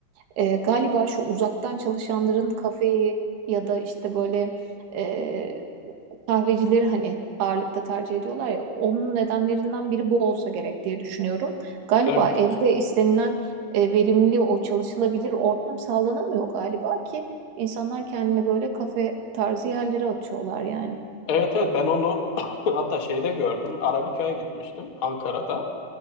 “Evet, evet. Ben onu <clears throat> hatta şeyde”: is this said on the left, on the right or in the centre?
Left